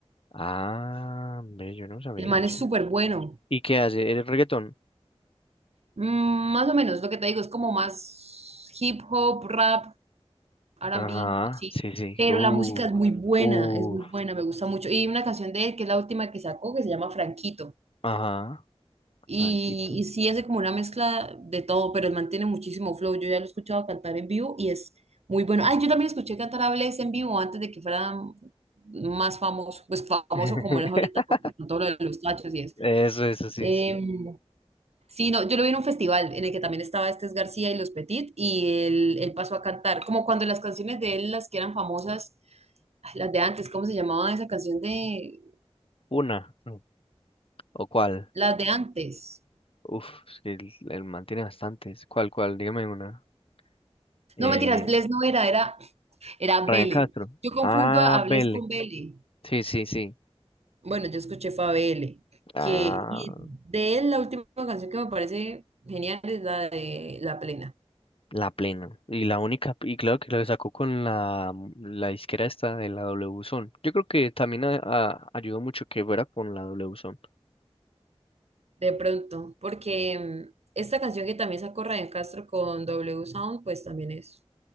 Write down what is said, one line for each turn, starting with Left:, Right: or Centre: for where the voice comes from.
Left: Ah, hombre, yo no sabía
Right: El man
Left: eso.
Right: es súper bueno.
Left: ¿Y qué hace? ¿El reggaetón?
Right: Mm, más o menos, lo que te digo es como más hip hop, rap, R&B,
Left: Ajá,
Right: así.
Left: sí, sí.
Right: Pero
Left: Uh,
Right: la música es muy buena,
Left: uh,
Right: es muy buena, me gusta mucho. Y una canción de él, que es la última que sacó, que se llama Franquito.
Left: ajá,
Right: Y,
Left: tranquilo.
Right: y sí hace como una mezcla de todo, pero él mantiene muchísimo flow. Yo ya lo he escuchado cantar en vivo y es muy bueno. Ay, yo también escuché cantar a Bless en vivo antes de que fuera más famoso, pues famoso
Left: <laughs>
Right: como él es ahorita con, con todo lo de los tachos y eso.
Left: Eso, eso, sí,
Right: Em,
Left: sí.
Right: sí, no, yo lo vi en un festival en el que también estaba Estes García y Los Petit y él, él pasó a cantar, como cuando las canciones de él, las que eran famosas, Ay, Las de antes, ¿cómo se llamaba esa canción de
Left: Una. Mm. ¿O cuál?
Right: las de antes?
Left: Uf, es que él, él mantiene bastantes. ¿Cuál, cuál? Dígame una. Eh,
Right: No, mentiras, Bless no era, era, era
Left: Ryan
Right: Bele.
Left: Castro.
Right: Yo confundo
Left: Ah,
Right: a, a
Left: Vele.
Right: Bless con Bele.
Left: Sí, sí, sí.
Right: Bueno, yo escuché fue a Bele,
Left: Ah,
Right: que y de él la última canción que me parece genial es la de La Plena,
Left: la plena. Y la única, y claro que lo sacó con la, la disquera esta de la W Zone. Yo creo que también a- a- ayudó mucho que fuera con la W Zone.
Right: de pronto, porque mm, esta canción que también sacó Ryan Castro con W Sound, pues también es,